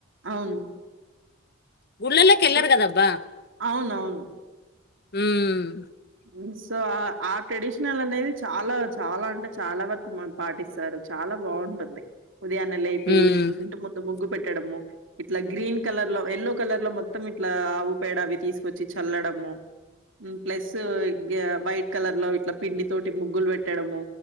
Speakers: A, on the right; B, on the left.
A: అవును
B: గుల్లల్లేకెల్లర్
A: సో
B: కదబ్బా!
A: అవునవును.
B: మ్
A: మ్ సో, ఆ, ఆ ట్రెడిషనల్ అనేది చాలా చాలా అంటే చాలా వరకు పాటిస్తారు. చాలా బాగుంటుంది. ఉదయాన్న లేపి,
B: హ్మ్.
A: ఇ ఇంటి ముందు ముగ్గు పెట్ ట్టడము ఇట్లా గ్రీన్ కలర్ లో, ఎల్లో కలర్ లో మొత్తం ఇట్లా ఆవు పేడ అవి తీసుకొచ్చి చల్లడము, మ్ ప్లస్ తు గ్యా వైట్ కలర్ లో ఇట్లా పిండి తోటి ముగ్గులు పెట్టడము,